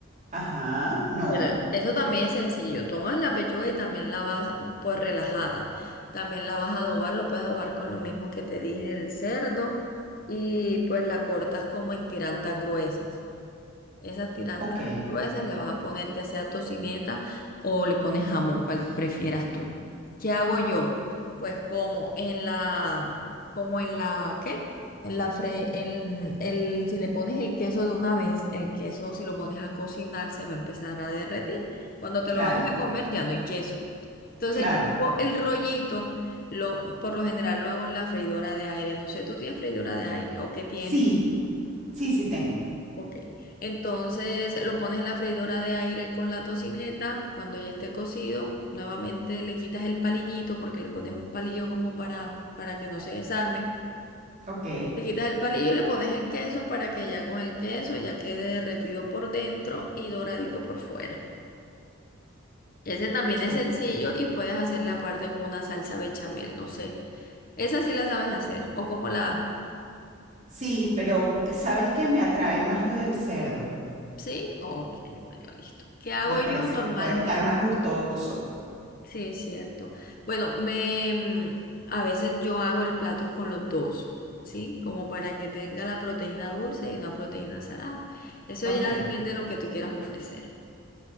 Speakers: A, on the right; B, on the left.
A: Ajá, no.
B: Bueno, eso también es sencillo. Tomas la pechuga y también la vas, pues relajada. También la vas a adobar, lo puedes adobar con lo mismo que te dije del cerdo y pues la cortas como en tirantas gruesas. Esas tirantes
A: Ok,
B: gruesas le vas a poner ya sea tocineta o le pones jamón, cual prefieras tú. ¿Qué hago yo? Pues como en la, como en la, ¿qué? En la fre, en el, si le pones el queso de una vez, el queso si lo pones a cocinar se va a empezar a derretir. Cuando te
A: claro,
B: lo vayas a comer ya no hay queso. Entonces
A: claro.
B: yo el rollito, lo, por lo general lo hago en la freidora de aire. No sé, ¿tú tienes freidora de aire o qué tienes?
A: Sí, sí, sí tengo.
B: Ok, entonces lo pones en la freidora de aire con la tocineta, cuando ya esté cocido, nuevamente le quitas el palillito porque le pones un palillo como para, para que no se desarme.
A: Ok.
B: Le quitas el palillo y le pones el queso para que ya con el queso ya quede derretido por dentro y doradito por fuera. Ese también es
A: Ok.
B: sencillo y puedes hacerle aparte como una salsa bechamel, no sé. Esa sí la sabes hacer o como la...
A: Sí, pero ¿sabes qué? Me atrae más lo del cerdo.
B: ¿Sí? Ok, bueno, listo. ¿Qué hago
A: Me parece
B: yo normalmente?
A: que puede estar más gustoso.
B: Sí, es cierto. Bueno, me mm, a veces yo hago el plato es con los dos, ¿sí? Como para que tenga la proteína dulce y una proteína salada. Eso
A: Ok,
B: ya depende de lo que tú quieras ofrecer.